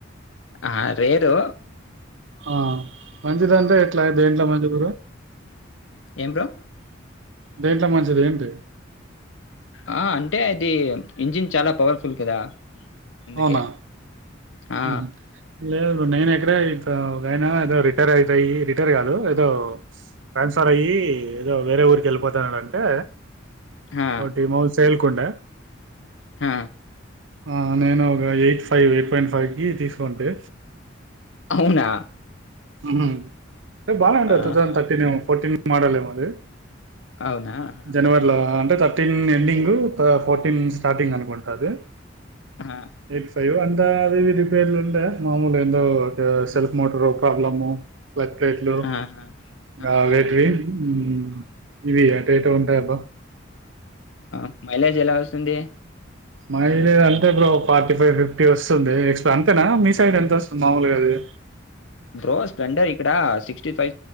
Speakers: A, on the left; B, on the right.
A: ఆహ్ రేరు
B: ఆహ్ మంచిదంటె ఎట్ల దేంట్ల మంచిగురు
A: ఏమ్రా
B: దీంట్లో మంచిదేంటి
A: ఆహ్ అంటే అది ఇంజిన్ చాలా పవర్ఫుల్ కదా ఎందుకే
B: అవునా
A: ఆ
B: ఉహు లేదు నేను ఇక్కడే ఇైనా ఒకాయన ఏదో రిటైర్ అయిపోయి రిటైర్ కాదు, ఏదో ట్రాన్స్ఫర్ అయ్యి ఏదో వేరే ఊరికి వెళ్ళిపోతున్నాడంటే
A: ఆ,
B: ఓ టిమౌస్ పేల్కొండ
A: హా
B: ఆ అ ఆ నేను ఒక eight five eight point five కి తీసుకోంటే
A: అవునా
B: మ్ బా ఉంటారు
A: ఆహాహా!
B: తుతర్టీన్ ఫోర్టీన్ <unintelligible> మాడల్ ఏమది
A: అవునా? ఆహాహా!
B: జనవరిలో అంటత తర్టీన్ ఎండింగ్ ఫోర్టీన్ స్టార్టింగ్ అనుకుంటాది
A: ఆహా!
B: ఎ <unintelligible> ఆహ్ అవివి రిపేర్లుండే మామూలు ఏందో ఒక సెల్ఫ్ మోటరు ప్రోబ్లేము ప్లక్ప్లేట్లు
A: ఆహాహా!
B: గా
A: ఆహా!
B: వేటివి ఊమ్హు ఇవి ఏటేటా ఉంటాయబ
A: ఆహ్ మైలేజ్ ఎలా వస్తుంది
B: మైలేజ్ అంటే ఇప్పుడు ఫార్టీ ఫైవ్ ఫిఫ్టీ వస్తుంది ఎక్స్ అంతేనా మీ సైడ్ ఎంత వస్తుంది మామూలుగాది
A: బ్రో స్ప్లెండర్ ఇక్కడ సిక్స్టీ ఫై